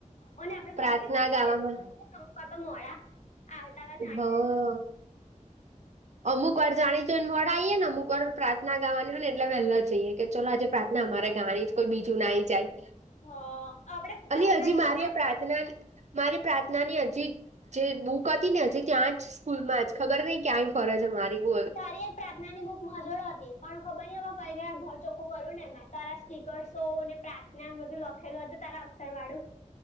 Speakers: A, on the left (about 60°); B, on the right (about 60°).
A: અને આપડે બાર
B: પ્રાર્થના
A: કેવું <unintelligible>
B: ગાવામાં
A: મોડા આવતાતા જાણી
B: હા
A: જોઈને
B: અમુક વાર જાણી જોઈને મોડા આઈએ ને અમુક વાર પ્રાર્થના ગાવાની હોય ને એટલે વહેલા જઈએ કે ચલો આજે પ્રાથના અમારે ગાવાની છે કોઈ બીજું નાઈ જાય.
A: હ આપડે
B: અલી
A: પ્રાર્થના
B: હજી
A: ગાવા
B: મારી
A: માટે
B: પ્રાર્થના મારી પ્રા થના ની હજી જે બુક હતી ને હજી ત્યાં જ સ્કૂલ માં જ ખબર નય ક્યાં ફરે છે મારી બોલ
A: અરે પ્રાર્થનાની બુક માંજોડ હતી પણ ખબર નઈ હવે કઈ ગયા ઘર ચોખ્ખું કર્યું ને એમાં. તારા સ્ટીકર્સો ને પ્રાર્થના બધું લખેલું હતું તારા અક્ષર વાળું